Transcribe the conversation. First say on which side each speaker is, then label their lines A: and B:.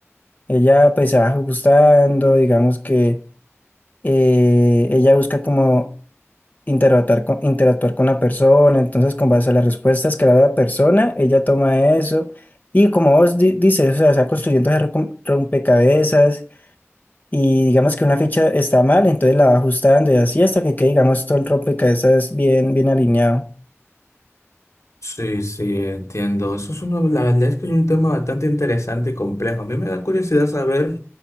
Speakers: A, on the left (about 35°); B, on the left (about 85°).
A: ella pues se va ajustando, digamos que eh, ella busca como... interactuar con, interactuar con la persona, entonces con base a las respuestas que le da la persona, ella toma eso y como vos di- dices, o sea, está construyendo ese recom- rompecabezas y digamos que una ficha está mal, entonces la va ajustando y así hasta que quede, digamos, todo el rompecabezas bien, bien alineado.
B: Sí, sí, entiendo. Eso es uno, la verdad es que es un tema bastante interesante y complejo. A mí me da curiosidad saber.